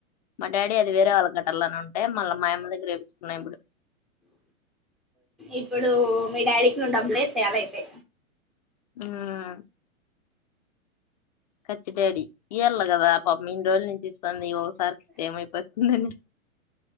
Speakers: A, on the left; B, in the centre.
A: మా డాడీ అది వేరే వాళ్ళకట్టాలని ఉంటే మళ్ళ మాయమ్మ దగ్గర వేపించుకున్నా ఇప్పుడు
B: ఇప్పుడు మీ డాడీకి నువ్వు డబ్బులు వేసేయాల అయితే
A: ఉమ్ కచ్చి డాడీ ఇయళ్ళ కదా పాపం ఇన్ని రోజుల నుంచి ఇస్తంది ఒకసారికి ఇస్తే ఏమైపోతుంది అని ప్చ్